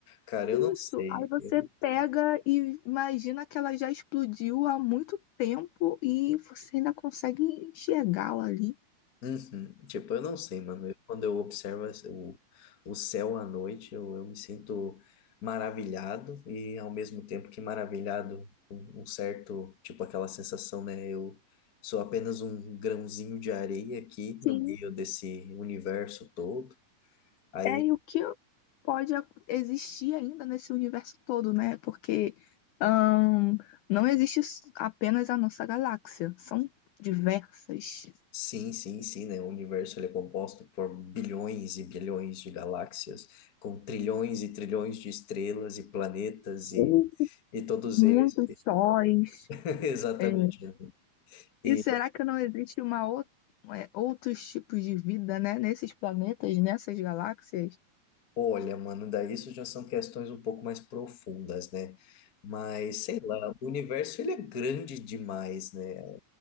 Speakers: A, on the left; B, on the left.
A: Cara, eu não
B: Isso.
A: sei.
B: Aí você
A: Eu-
B: pega e imagina que ela já explodiu há muito tempo e você ainda consegue enxergá-la ali.
A: Uhum. Tipo, eu não sei, mano. Eu- quando eu observo as- o, o céu à noite, eu, eu me sinto maravilhado e ao mesmo tempo que maravilhado com um certo, tipo, aquela sensação, né? Eu sou apenas um grãozinho de areia aqui
B: Sim,
A: no meio desse universo todo. Aí
B: é e o que pode a- existir ainda nesse universo todo, né? Porque ahn, não existe s- apenas a nossa galáxia, são diversas.
A: Sim, sim, sim, né? O universo ele é composto por bilhões e bilhões de galáxias, com trilhões e trilhões de estrelas e planetas
B: Sim.
A: e, e todos
B: Muitos
A: eles.
B: sóis.
A: <laughs> Exatamente.
B: é.
A: né? E
B: E será que não existe uma ou- é, outros tipos de vida, né? Nesses planetas, nessas galáxias?
A: olha, mano, daí isso já são questões um pouco mais profundas, né? Mas sei lá, o universo ele é grande demais, né?